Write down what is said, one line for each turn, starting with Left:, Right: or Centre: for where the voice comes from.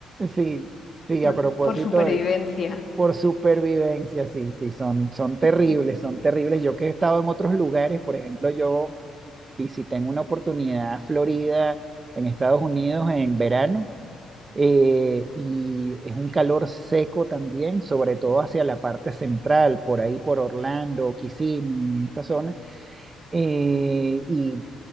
Right: Sí, sí,
Left: Por,
Right: a propósito,
Left: por supervivencia.
Right: Por supervivencia, sí, sí, son, son terribles,
Left: <laughs>
Right: son terribles. Yo que he estado en otros lugares, por ejemplo, yo visité en una oportunidad Florida, en Estados Unidos, en verano, eh, y es un calor seco también, sobre todo hacia la parte central, por ahí por Orlando, Kissimmee, esta zona, eh, y